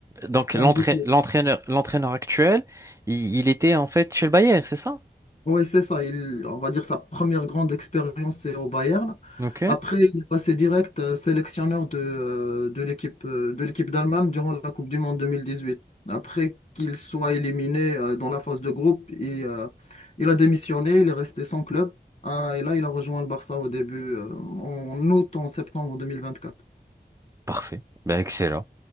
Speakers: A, on the right (about 20°); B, on the left (about 40°).
A: Donc
B: C'est
A: l'entra-
B: un zip
A: l'entraîneur l'entraîneur actuel, il, il était en fait chez le Bayern, c'est ça?
B: Oui, c'est ça. Il, on va dire sa première grande expérience, c'est au Bayern.
A: Ok,
B: Après, il est passé direct euh, sélectionneur de, euh, de l'équipe euh, de l'équipe d'Allemagne durant la Coupe du Monde 2018. Après qu'il soit éliminé euh, dans la phase de groupe, il, euh, il a démissionné, il est resté sans club. Ah, et là, il a rejoint le Barça au début, euh, en août, en septembre 2024.
A: parfait. Ben excellent,